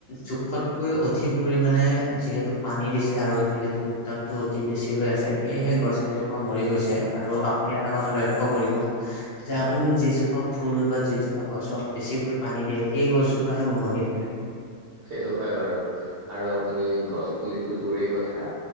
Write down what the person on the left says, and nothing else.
জোখত। কৈ অধিক পৰিাণে যিহেতু পানী দিছে আৰু যিহেতু উত্তাপটো অতি বেছি হৈ আছে। সেয়েহে গছ কেইজোপা মৰি গৈছে আৰু আপুনি এটা কথা লক্ষ্য কৰিব। যে
আপুনি যি যোপা ফুল বা যিজোপা গছত বেছিকৈ পানী দিয়ে সেই গছজোপাহে মৰহি থাকে।